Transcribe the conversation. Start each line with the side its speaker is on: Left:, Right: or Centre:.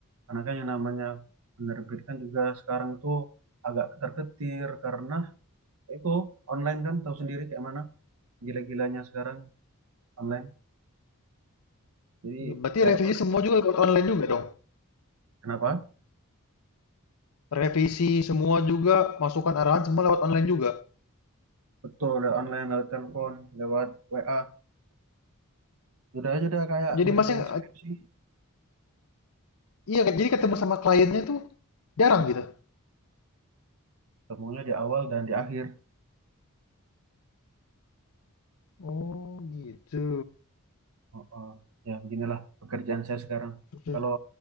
Right: Karena kan yang namanya penerbitkan juga sekarang itu agak ketar-ketir karena itu online kan tahu sendiri kayak mana. gila-gilanya sekarang online. Jadi
Left: Ya, Berarti
Right: ya
Left: revisi
Right: pernah
Left: semua
Right: ikut.
Left: juga lewat online juga dong?
Right: kenapa?
Left: Revisi semua juga, masukan arahan semua lewat online juga.
Right: Betul lewat online, lewat telepon, lewat WA. Sudah aja udah kayak
Left: Jadi
Right: ngerjain
Left: Mas yang
Right: skripsi,
Left: Iya, jadi ketemu sama kliennya tuh jarang gitu?
Right: temunya di awal dan di akhir.
Left: Oh, gitu.
Right: Oh, oh. Ya beginilah pekerjaan saya sekarang.
Left: Mhm.
Right: Kalau